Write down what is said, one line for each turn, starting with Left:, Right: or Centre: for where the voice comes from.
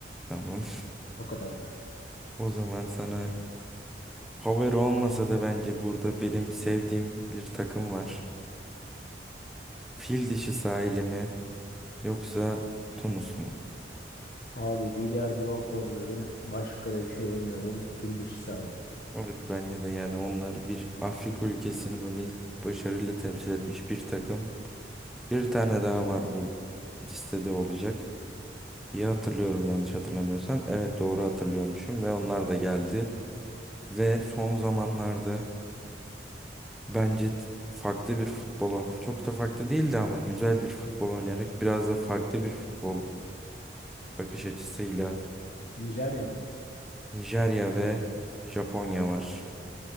Centre: Tamam.
Left: O kadar diyorum.
Centre: O zaman sana power olmasa da bence burada benim sevdiğim bir takım var. Fil dişi sahili mi yoksa Tunus mu?
Left: Abi Didier Drogba diyorum. Başka da bir şey demiyorum. Fil dişi sahili.
Centre: Evet bence de yani onlar bir Afrika ülkesini böyle başarıyla temsil etmiş bir takım. Bir tane daha var bu listede olacak diye hatırlıyorum yanlış hatırlamıyorsam. Evet doğru hatırlıyormuşum ve onlar da geldi. Ve son zamanlarda Bence t- farklı bir futbol oyn- çok da farklı değildi ama güzel bir futbol oynayarak biraz da farklı bir futbol bakış açısıyla
Left: Nijerya mı yoksa?
Centre: Nijerya ve Japonya var.